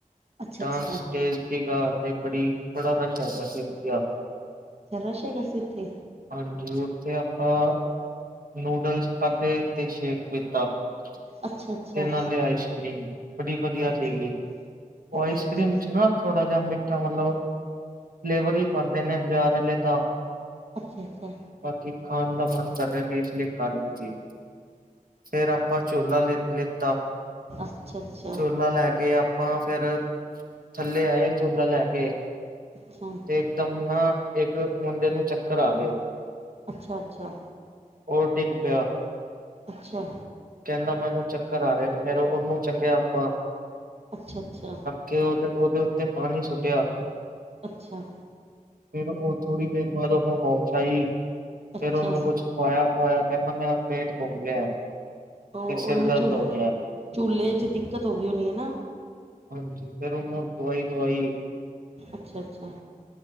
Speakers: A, on the right; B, on the right.
A: ਅੱਛਾ
B: ਡਾਂਸ
A: ਅੱਛਾ,
B: ਸਟੇਜ ਸੀਗਾ ਅਤੇ ਬੜੀ ਬੜਾ ਰਸ਼ ਹੈਗਾ ਸੀ ਵਧੀਆ
A: ਰਸ਼ ਹੈਗਾ ਸੀ ਉੱਥੇ
B: ਹਾਂਜੀ ਉੱਥੇ ਆਪਾਂ ਨੂਡਲਸ ਖਾਧੇ ਤੇ ਸ਼ੇਕ ਪੀਤਾ ਤੇ
A: ਅੱਛਾ ਅੱਛਾ,
B: ਨਾਲੇ ਆਈਸ ਕਰੀਮ ਬੜੀ ਵਧੀਆ
A: ਅੱਛਾ
B: ਸੀਗੀ ਉਹ
A: ਅੱਛਾ
B: ਆਈਸ
A: ਅੱਛਾ,
B: ਕਰ੍ਰੀਮ ਚ ਨਾ ਥੋੜਾ ਜਿਹਾ ਮਿ ਮਤਲਬ ਫਲੇਵਰ ਹੀ ਪਾਉਂਦੇ ਨੇ ਬਾਜ਼ਾਰ ਵਾਲੇ ਤਾਂ
A: ਅੱਛਾ ਅੱਛਾ
B: ਬਾਕੀ ਖਾਣ ਦਾ ਮਨ ਕਰੇ ਚੀਜ਼ ਲਿਖਾ ਲਿੱਤੀ ਫਿਰ ਆਪਾਂ ਝੂਲਾ ਲ ਲਿੱਤਾ
A: ਅੱਛਾ, ਅੱਛਾ ਅੱਛਾ
B: ਜੁੱਲਾ ਲੈ ਕੇ ਆਪ ਆਪਾਂ ਫੇਰ ਥੱਲੇ ਆਏ ਜੁਲਾ ਲੈ ਕੇ
A: ਅੱਛਾ
B: ਇੱਕ ਦਮ ਨਾ ਇੱਕ ਮੁੰਡੇ ਨੂੰ ਚੱਕਰ ਆ ਗਏ,
A: ਅੱਛਾ ਅੱਛਾ
B: ਉਹ ਡਿੱਗ ਪਿਆ
A: ਅੱਛਾ
B: ਕਹਿੰਦਾ ਮੈਨੂੰ ਚੱਕਰ ਆ ਰਿਹਾ ਨੇ ਫੇ ਉਹਨੂੰ ਚੱਕਿਆ ਆਪਾਂ
A: ਅੱਛਾ-ਅੱਛਾ
B: ਕਿ ਉਹਦੇ ਉਹਦੇ ਉੱਤੇ ਪਾਣੀ ਸੁੱਟਿਆ
A: ਅੱਛਾ
B: ਫਿਰ ਉਹ ਥੋੜ੍ਹੀ ਦੇਰ ਬਾਅਦ ਉਹਨੂੰ ਹੋਸ਼ ਆਈ ਫਿਰ
A: ਅੱਛਾ
B: ਉਹਨੂੰ ਕੁਛ ਖਵਾਇਆ ਹੋਇਆ ਕਹਿੰਦਾ ਮੇਰਾ ਪੇਟ ਘੁੰਮ ਗਿਆ
A: ਉਹ
B: ਤੇ ਸਿਰ
A: ਉਹਨੂੰ
B: ਦਰਦ
A: ਝੂਲੇ
B: ਹੋ ਰਿਹਾ
A: ਝੂਲੇੇ 'ਚ ਦਿੱਕਤ ਹੋ ਗਈ ਹੋਣੀ ਹੈ ਨਾ
B: ਹਾਂਜੀ ਫੇਰ ਉਹਨੂੰ ਦਵਾਈ ਦਵਾਈ
A: ਅੱਛਾ-ਅੱਛਾ,